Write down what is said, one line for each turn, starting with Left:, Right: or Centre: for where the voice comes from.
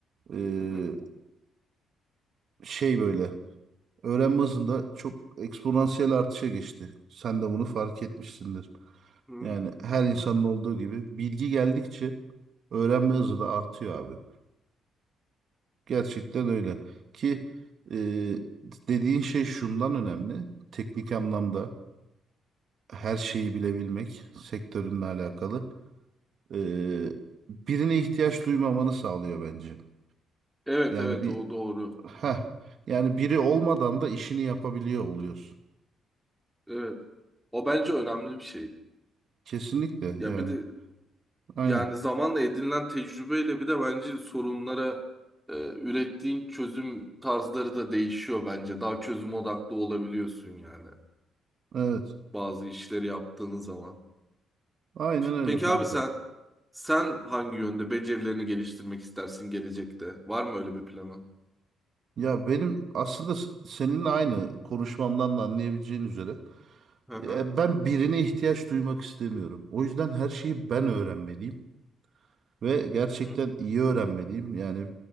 Right: Ee,
Centre: Hı hı.
Right: şey böyle. Öğrenme hızında çok eksponansiyel artışa geçti. Sen de bunu fark etmişsindir.
Centre: Hı.
Right: Yani her insanın olduğu gibi bilgi geldikçe öğrenme hızı da artıyor abi. Gerçekten öyle. Ki e, dediğin şey şundan önemli. Teknik anlamda her şeyi bilebilmek sektörünle alakalı. E, birine ihtiyaç duymamanı sağlıyor bence.
Centre: Evet
Right: Yani
Centre: evet
Right: bir
Centre: o doğru.
Right: heh,
Centre: Hı. hı.
Right: yani biri olmadan da işini yapabiliyor oluyorsun.
Centre: Evet. O bence önemli bir şey.
Right: Kesinlikle yani.
Centre: Ya bir de
Right: Aynen.
Centre: Yani zamanla edinilen tecrübeyle bir de bence sorunlara e, ürettiğin çözüm tarzları da değişiyor bence. Daha çözüm odaklı olabiliyorsun yani
Right: Evet.
Centre: bazı işleri yaptığın zaman.
Right: Aynen öyle
Centre: Peki
Right: kanka.
Centre: abi sen sen hangi yönde becerilerini geliştirmek istersin gelecekte? Var mı öyle bir planın?
Right: Ya benim aslında s- seninle aynı konuşmamdan da anlayabileceğin üzere
Centre: Hı hı.
Right: e, ben birine ihtiyaç duymak istemiyorum. O yüzden her şeyi ben öğrenmeliyim ve gerçekten
Centre: Hı hı.
Right: iyi öğrenmeliyim. Yani